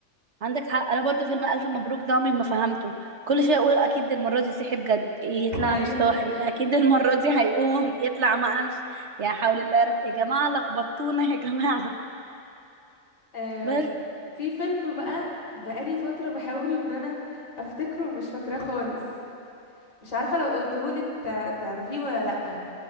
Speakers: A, on the right; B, on the left.
A: عندك حق انا برضو فيلم الف مبروك ده عمري ما فهمته كل شويه اقول اكيد المره دي صحي بجد يطلع
B: <laughs> ايوه
A: مش صاحي اكيد المره دي هيقوم <laughs> يطلع ما قامش يا حول الله يا رب. يا جماعه لخبطتونا يا جماعه
B: آه
A: بس
B: في فيلم بقى بقالي فتره بحاول ان انا افتكره ومش فاكراه خالص مش عارفه لو قلتهولك تع- تعرفيه ولا لا